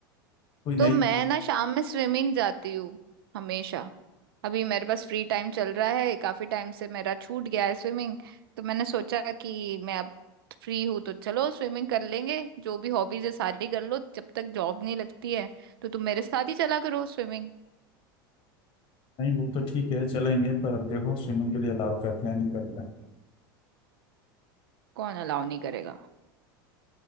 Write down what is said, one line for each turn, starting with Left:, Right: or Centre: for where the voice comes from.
Left: कोई नई
Right: तो मैं ना शाम में स्विमिंग जाती हूँ हमेशा अभी मेरे पास फ्री टाइम चल रहा है काफी टाइम से मेरा छूट गया है स्विमिंग तो मैंने सोचा कि मैं अब फ्री हूं तो चलो स्विमिंग कर लेंगे जो भी हॉबीज है सारी कर लो जब तक जॉब नहीं लगती है तो तुम मेरे साथ ही चला करो स्विमिंग
Left: नहीं वो तो ठीक है चलेंगे पर अब देखो स्विमिंग के लिए अलाउ करते हैं नहीं करते हैं।
Right: कौन अलाउ नहीं करेगा